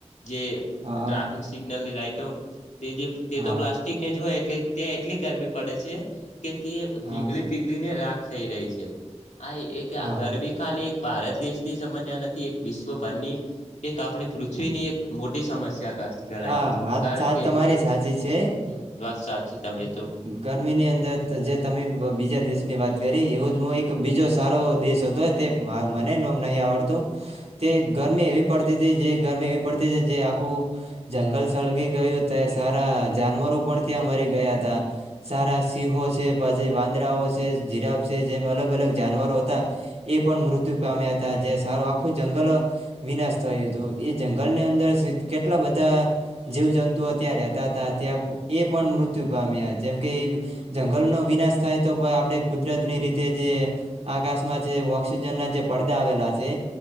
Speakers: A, on the left (about 80°); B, on the right (about 60°).
A: જે
B: હા
A: ટ્રાફિક સિગ્નલ ની લાઈટો તે જે તે
B: હા
A: તો પ્લાસ્ટિક ની જ હોય. એટલે ત્યાં એટલી ગરમી પડે છે કે તે
B: હા
A: પીગળી પીગળીને રાખ થઈ રહી છે. આ એક
B: હા
A: આ ગરમી ખાલી ભારત દેશની સમસ્યા નથી એક વિશ્વભરની એક આપણી પૃથ્વીની એક મોટી સમસ્યા ગણાય
B: હા વાત
A: કારણ
B: સાચ
A: કે
B: તમારી સાચી છે
A: હમમ વાત સાચી તમે તો
B: ગરમી ની અંદર જે તમે બીજા દેશ ની વાત કરી એવો જ હું એક બીજો સારો દેશ હતો તે મને નોમ નહીં આવડતું તે ગરમી એવી પડતી જે ગરમે એવી પડતી જે આખું જંગલ સળગી ગયું તે સારા જાનવરો પણ ત્યાં મરી ગયા હતા. સારા સિહો છે, પછી વાંદરાઓ છે, જિરાફ છે જેમ અલગ અલગ જાનવરો હતા એ પણ મૃત્યુ પામ્યા હતા જે સારું આખું જંગલ વિનાશ થયું હતું. એ જંગલની અંદર કેટલા બધા જીવ જંતુઓ ત્યાં રહેતા હતા ત્યાં એ પણ મૃત્યુ પામ્યા જેમ કે જંગલ નો વિનાશ થાય તો આપણે કુદરતની રીતે જે આકાશમાં છે એના જે પડદા આવેલા છે